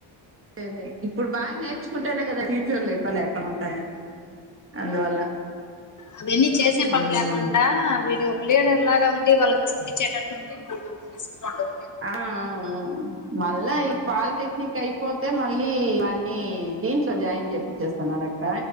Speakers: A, on the right; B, on the left.
A: అదే ఇప్పుడు బాగా నేర్చుకుంటేనే గదా ఫ్యూచర్ లో ఇబ్బంది లేకుంట ఉంటాయ్ అందువల్ల
B: అవన్నీ చేసే పని
A: ఉమ్
B: లేకుండా వీడు లీడర్ లాగా ఉండి వాళ్ళకి చూపించేటట్టు ఉంటే మనకు అంత రిస్క్ రాదు
A: ఆ ఆ అవును మళ్ళా ఈ పాలిటెక్నిక్ అయిపోతే మళ్ళీ కి వన్నీ దీంట్లో జాయిన్ జేపిచేస్తానుగదక్క